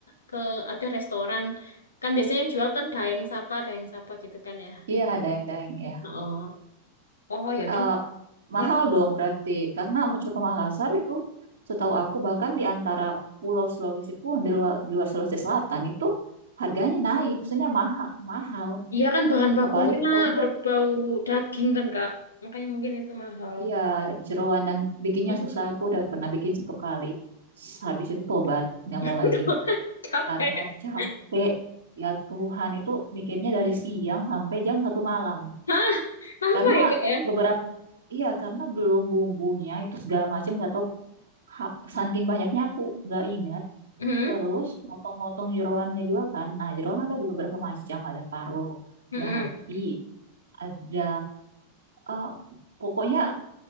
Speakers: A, on the left (about 75°); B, on the right (about 70°).
A: ke ada restoran kan biasanya yang jual kan daeng sapa, daeng sapa gitu kan ya.
B: Iya, daeng-daeng ya.
A: Oh. Oh, ya udah.
B: Eh,
A: Kenapa?
B: mahal
A: ya?
B: dong berarti, karena Coto Makassar itu setahu aku bahkan di antara Pulau Sulawesi pun di luar, di luar Sulawesi Selatan itu harganya naik, maksudnya mahal, mahal.
A: Iya kan bahan bakunya
B: Apalagi kontrol,
A: berbau daging kan Kak. Makanya mungkin itu mahal.
B: iya jeroan dan bikinnya
A: Mm-mm.
B: susah. Aku udah pernah bikin satu kali, habis itu tobat, nggak
A: <laughs>
B: mau lagi
A: Capek.
B: karena
A: <laughs>
B: capek. Ya Tuhan itu bikinnya dari siang sampai jam satu malam.
A: Hah? Lama
B: karena
A: ya Kak
B: beberapa iya karena belum bumbunya itu segala macam nggak tahu ha- saking banyaknya aku nggak ingat
A: ya?
B: terus motong-motong jeroannya juga kan nah jeroan ada beberapa macam ada paru
A: Mm-mm.
B: ada hati ada eh, pokoknya